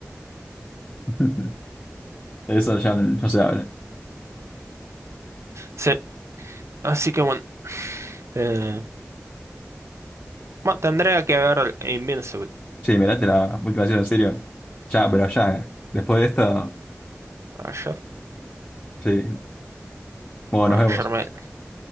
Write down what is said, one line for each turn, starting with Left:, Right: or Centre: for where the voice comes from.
Left: <laughs> Eso ya no no se habla.
Right: sí, así que bueno. Eh, bueno, tendría que ver Invincible.
Left: Sí, mirate la última serie en serio. Ya, pero ya, después de esto,
Right: Ayer.
Left: sí. Bueno,
Right: Bueno,
Left: nos vemos.
Right: ayer me... <laughs>